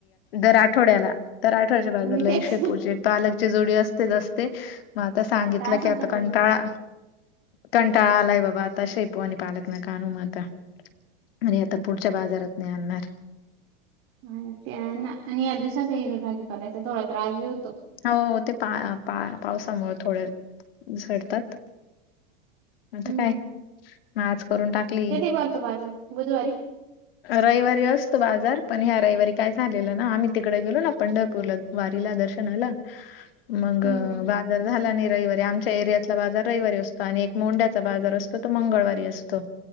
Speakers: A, on the left (about 75°); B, on the right (about 50°).
A: दर आठवड्याला. तर आठव्याच्या बाजूला
B: मी तेच
A: एक शेपूजे पालकची जोडी असतेच असते. मग आता सांगितलं
B: त्रास
A: की
B: होतो
A: आता
B: पण
A: कंटाळा. कंटाळालाय बाबा आता शेपवानी पालक ना कानू म आता. आणि आता पुढच्या बाजारात नाही आणणार.
B: हा त्या आणि या दिवसात येल भाजीपाल्याचा थोडा त्रास बी होतो.
A: हो हो ते पा पा पावसामुळे थोडे्या झडतात. म आता
B: हम्म
A: काय म आज करून टाकली.
B: करतो माझं. बुधवारी
A: रविवारी असतो बाजार पण ह्या रविवारी काय झालेलं ना आम्ही तिकडे गेलो ना पंढरपूरला वारीला दर्शनाला मग
B: हम्म हम्म
A: वा जार झाला नाही रविवारी आमच्या एरियातला बाजार रविवारी असतो आणि एक मोंड्याचा बाजार असतो तो मंगळवारी असतो